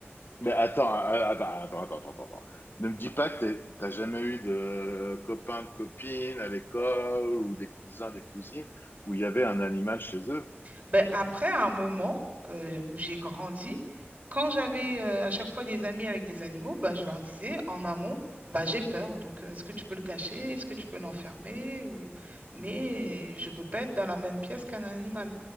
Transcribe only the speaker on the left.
Mais attends, ah, ah, bah, attends, attends, attends, attends. Ne me dis pas que t'es- t'as jamais eu de copains, de copines à l'école ou des cousins, des cousines où il y avait un animal chez eux.